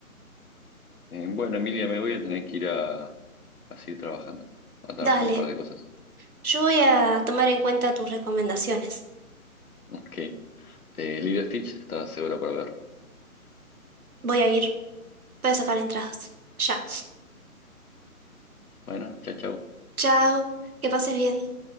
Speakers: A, on the left; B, on the right.
A: eh, bueno, Emilia, me voy a tener que ir a, a seguir trabajando, a trabajar
B: Dale,
A: un par de cosas.
B: yo voy a tomar en cuenta tus recomendaciones.
A: Ok, eh, Lilo Stitch está segura para ver.
B: Voy a ir, voy a sacar entradas. Ya.
A: Bueno, chao, chao.
B: Chao, que pases bien.